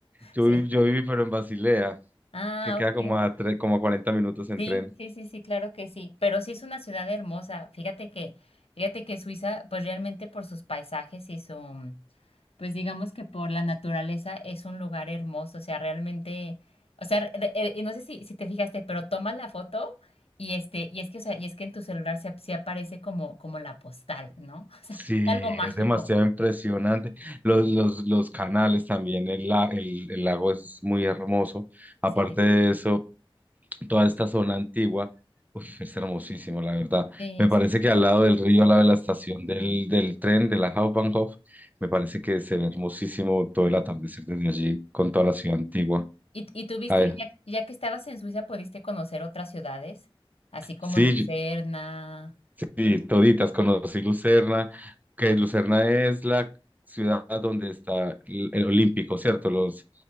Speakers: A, on the right (about 15°); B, on the left (about 85°).
A: yo,
B: Sí.
A: vi- yo viví, pero en Basilea,
B: Ah,
A: que queda
B: ok.
A: como a, tre- como a 40 minutos en
B: Sí,
A: tren.
B: sí, sí, sí, claro que sí, pero sí es una ciudad hermosa. Fíjate que, fíjate que Suiza, pues realmente por sus paisajes y su, mm, pues digamos que por la naturaleza es un lugar hermoso, o sea, realmente, o sea, re- re- eh, y no sé si, si te fijaste, pero tomas la foto y este, y es que, o sea, y es que en tu celular se, ap- se aparece como, como la postal, ¿no? <laughs> O sea,
A: Sí,
B: algo mágico.
A: es demasiado impresionante. Los,
B: Sí,
A: los, los canales también, el, la- el, el lago es muy hermoso. Aparte
B: sí,
A: de eso, toda esta zona antigua, uf, es hermosísimo, la verdad.
B: sí,
A: Me parece
B: sí.
A: que al lado del río, al lado de la estación del, del tren, de la Hauptbahnhof, me parece que se ve hermosísimo todo el atardecer desde allí con toda la ciudad antigua.
B: ¿Y, y tuviste,
A: Ay,
B: ya, ya que estabas en Suiza, pudiste conocer otras ciudades, así como
A: sí,
B: Lucerna,
A: Sí,
B: no sé,
A: toditas, conocí Lucerna, que Lucerna es la ciudad donde está el, el Olímpico, ¿cierto? Los,